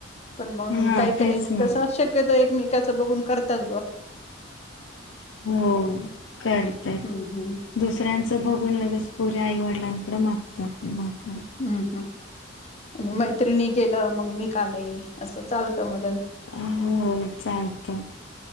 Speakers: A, on the left (about 35°); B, on the left (about 75°).
A: पण मग
B: हा
A: काही
B: तेच
A: काही
B: ना
A: कस शक्यतो एक म बघून करताात बघ.
B: हो करतात
A: हम्म हम्म
B: दुसऱ्यांचं बघून लगेच प आई वडिलांकडे मागतात माग
A: हम्म हम्. आणि मैत्रिणी केलं मग मी का नाही असं चालतं म
B: हो चालत